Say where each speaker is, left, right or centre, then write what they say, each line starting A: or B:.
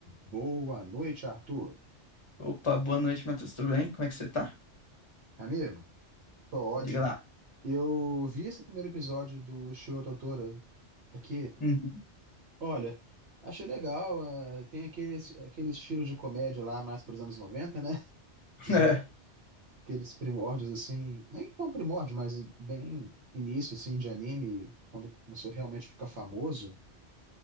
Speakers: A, on the right; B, on the left.
A: Boa noite, Arthur.
B: Opa, boa noite, Matheus. Tudo bem? Como é que você tá?
A: Amigo, tô ótimo.
B: Diga lá.
A: Eu vi esse primeiro episódio do Shio Totoro aqui.
B: Uhum.
A: Olha, achei legal. eh, tem aquele, aquele estilo de comédia lá, mais para os anos 90, né?
B: <laughs>
A: Os
B: É,
A: ini- aqueles primórdios, assim, nem tão primórdio, mas bem início, assim, de anime, quando começou realmente a ficar famoso.